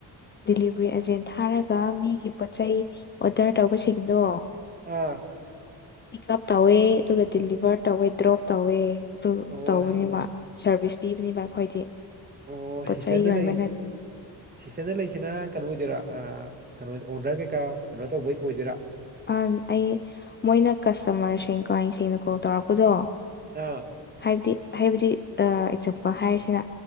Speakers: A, on the left; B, on the right.
A: ꯗꯦꯂꯤꯚꯔꯤ ꯑꯦꯖꯦꯟ ꯊꯥꯔꯒ ꯃꯤꯒꯤ ꯄꯣꯠꯆꯩ ꯑꯣꯗꯔ ꯇꯧꯕꯁꯤꯡꯗꯣ
B: ꯑꯥ
A: ꯄꯤꯛ ꯎꯞ ꯇꯧꯋꯦ ꯑꯗꯨꯒ ꯗꯤꯂꯤꯚꯔ ꯇꯧꯋꯦ ꯗ꯭ꯔꯣꯞ ꯇꯧꯋꯦ ꯑꯗꯨ
B: ꯑꯣ
A: ꯇꯧꯕꯅꯤ ꯃꯥ ꯁꯥꯔꯚꯤꯁ ꯄꯤꯕꯅꯦꯕ ꯑꯩꯈꯣꯏꯗꯤ
B: ꯑꯣ
A: ꯄꯣꯠ
B: ꯁꯤꯁꯇ꯭ꯔꯅ
A: ꯆꯩ ꯌꯣꯟꯕ
B: ꯂꯩ
A: ꯅꯠꯇꯦ
B: ꯁꯤꯁꯇꯗ ꯂꯩꯁꯤꯅ ꯀꯩꯅꯣ ꯑꯣꯏꯗꯣꯏꯔꯥ ꯀꯩꯅꯣ ꯑꯣꯔꯗꯔ ꯀꯩꯀꯥ ꯀꯩꯅꯣ ꯇꯧꯕꯩ ꯑꯣꯏꯗꯣꯏꯔꯥ
A: ꯑ ꯑꯩ ꯃꯣꯏꯅ ꯀꯁꯇꯃꯔꯁꯤꯡ ꯀ꯭ꯂꯥꯏꯟꯁꯤꯡꯅ ꯀꯣꯜ ꯇꯧꯔꯛꯄꯗꯣ
B: ꯑꯥ
A: ꯍꯥꯏꯕꯗꯤ ꯍꯥꯏꯕꯗꯤ ꯑꯦꯛꯖꯝꯄꯜ ꯍꯥꯏꯔꯤꯁꯤꯅ